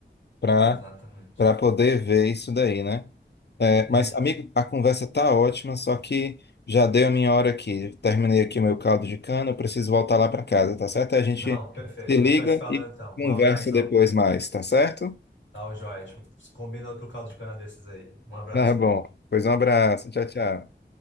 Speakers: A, on the left (about 65°); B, on the left (about 80°).
A: para
B: exatamente.
A: para poder ver isso daí, né? É,
B: E,
A: mas, amigo, a conversa tá ótima, só que já deu a minha hora aqui. Terminei aqui meu caldo de cana, eu preciso voltar lá para casa, tá certo? A gente
B: não, perfeito.
A: se liga
B: A gente vai se falando
A: e
B: então.
A: conversa
B: Um abração.
A: depois mais, tá certo?
B: Tá, o joia. A gente combina outro caldo de cana desses aí. Um abraço,
A: Tá bom.
B: amigo.
A: Pois um abraço.
B: Tchau.
A: Tchau, tchau.